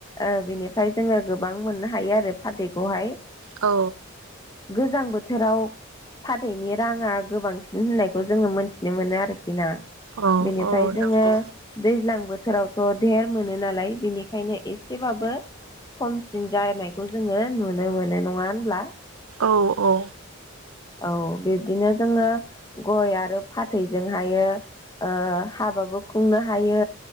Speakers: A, on the left; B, on the right.
A: ओ बिनिफ्राय जोङो गोबां मोननो हायो आरो फारदैखौहाय।
B: औ
A: गोजां बोथोराव फाथैनि राङा गोबांसिन होननाय बे खौ जोङो मोनन्थिनो मोनो आरोखि ना।
B: औ
A: बेनिफ्राय
B: औ नंगौ
A: जोङो दैज्लां बोथोरावथ धेर मोनो नालाय बेनिखायनो एसेबाबो बो खमसिन जानायखौ जोङो नुनो मोनो नङा होनब्ला?
B: औ औ।
A: औ बिब्दिनो जोङो गय आरो फाथैजोंहायो ओ हाबाबो खुंनो हायो